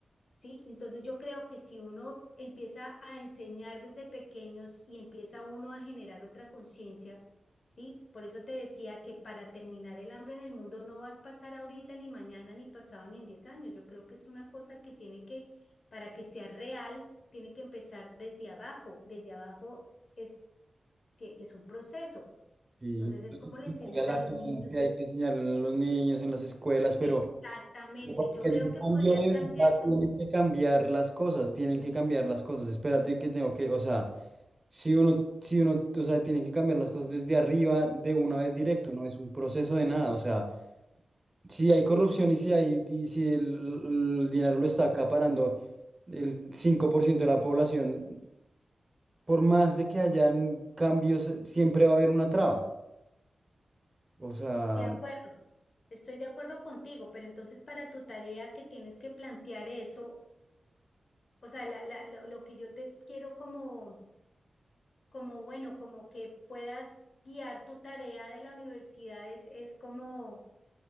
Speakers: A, on the left; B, on the right.
A: ¿Sí? Entonces yo creo que si uno empieza a enseñar desde pequeños y empieza uno a generar otra conciencia, ¿sí? Por eso te decía que para terminar el hambre en el mundo no va a pasar ahorita, ni mañana, ni pasado, ni en 10 años. Yo creo que es una cosa que tiene que, para que sea real, tiene que empezar desde abajo. Desde abajo es, que es un proceso.
B: Sí,
A: Entonces es
B: <laughs>
A: como le enseñas
B: pues, hay a la
A: a los
B: gente,
A: niños
B: hay que enseñarle a los niños en las escuelas, pero...
A: Exactamente.
B: Pero Para que
A: Yo
B: haya
A: creo
B: un
A: que
B: cambio
A: podrías
B: de
A: plantear
B: verdad,
A: tú,
B: tienen que cambiar las cosas, tienen que cambiar las cosas. Espérate que tengo que, o sea, si uno, si uno, o sea, tienen que cambiar las cosas desde arriba de una vez directo, no es un proceso de nada. O sea, si hay corrupción y si hay, y si el, el dinero lo está acaparando el 5% de la población, por más de que hayan cambios, siempre va a haber una traba. O sea,
A: de acuerdo,
B: no-
A: estoy de acuerdo contigo, pero entonces para tu tarea que tienes que plantear eso, o sea, la- la- la- lo que yo te quiero como, como bueno, como que puedas guiar tu tarea de la universidad es, es como...